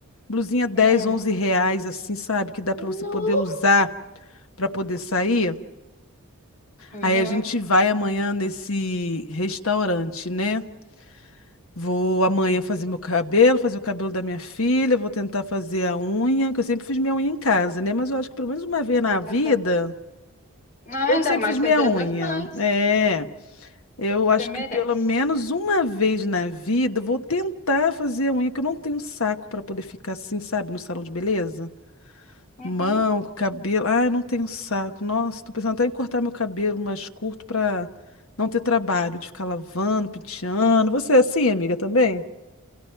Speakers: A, on the left (about 70°); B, on the left (about 35°).
A: blusinha dez
B: Hum.
A: 11 reais, assim, sabe? Que dá para
B: No.
A: você poder usar para poder sair.
B: Uhum.
A: Aí a gente vai amanhã nesse restaurante, né? Vou amanhã fazer meu cabelo, fazer o cabelo da minha filha, vou tentar fazer a unha, que eu sempre fiz minha unha em casa, né? Mas eu acho que pelo menos uma vez na vida,
B: aham. Ah,
A: eu
B: ainda
A: que sempre
B: mais
A: fiz minha
B: que é o Dia
A: unha.
B: das Mães.
A: É. Eu acho
B: Você merece.
A: que pelo menos uma vez na vida eu vou tentar fazer a unha, que eu não tenho saco para poder ficar assim, sabe, no salão de beleza? Com
B: Uhum.
A: mão, com cabelo. Ai, não tenho saco. Nossa, tô pensando até em cortar meu cabelo mais curto para não ter trabalho de ficar lavando, penteando. Você é assim, amiga, também?